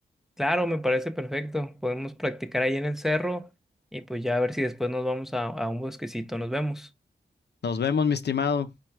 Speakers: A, in the centre; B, on the left.
A: Claro, me parece perfecto. Podemos practicar ahí en el cerro y pues ya a ver si después nos vamos a, a un bosquecito. Nos vemos.
B: Nos vemos, mi estimado.